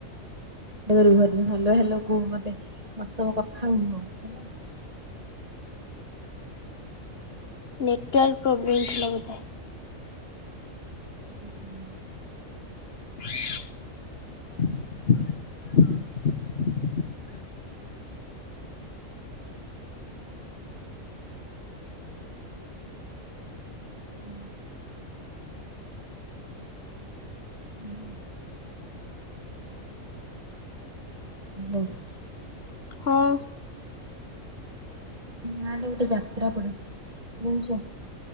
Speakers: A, on the right; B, on the left.
A: ରୁହ ଭଲ ହେଲ କୁ ମେ ମ ତମ କଥା ହେ୍ୟାଲା
B: ନେଟୱାର୍କ ପ୍ରୋବ୍ଲେମ୍ ଥିଲା ବୋଧେ?
A: ହୁଁ।
B: <inaudible>
A: ହୁଁ। ହୁଁ। <inaudible>
B: ହଁ।
A: ଗାଁ ରେ ଗୋଟେ ଯାତ୍ରା ପଡେ, ଜାଣିଛ?